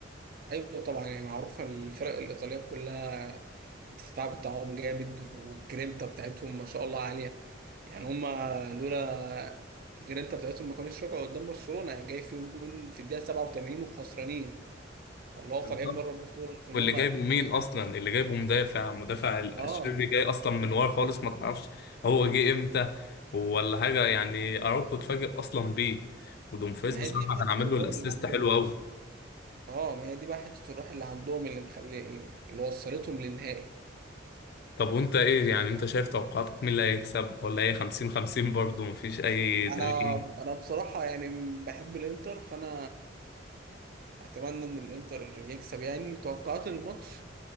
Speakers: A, on the right; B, on the left.
A: ايوه طبعا يعني معروفه الفرق الايطاليه كلها الدفاع بتاعهم جامد والجرينتا بتاعتهم ما شاء الله عاليه يعني هما لولا الجرينتا بتاعتهم ما كانوش رجعوا قدام برشلونه يعني جاي فيهم جون في الدقيقه 87 وخسرانين فاللي هو
B: بالظبط
A: طالعين بره البطوله في ان
B: واللي
A: هما
B: جايبه مين اصلا اللي جايبه مدافع مدافع الشربي
A: اه
B: جاي اصلا من ورا خالص ما تعرفش هو جه امتى ولا حاجه يعني اراوخو اتفاجئ اصلا بيه ودومفريز
A: ما
B: بصراحه
A: هي دي حته
B: كان عامل
A: الروح
B: له الاسيست
A: اللي عندهم
B: حلو قوي
A: اه ما هي دي بقى حته الروح اللي عندهم اللي مخلي اللي وصلتهم للنهائي
B: طب وانت ايه يعني انت شايف توقعاتك مين اللي هيكسب ولا هي 50 50 برضه مفيش اي
A: انا
B: تغيير
A: انا بصراحه يعني بحب الانتر فانا اتمنى ان الانتر يكسب يعني توقعات الماتش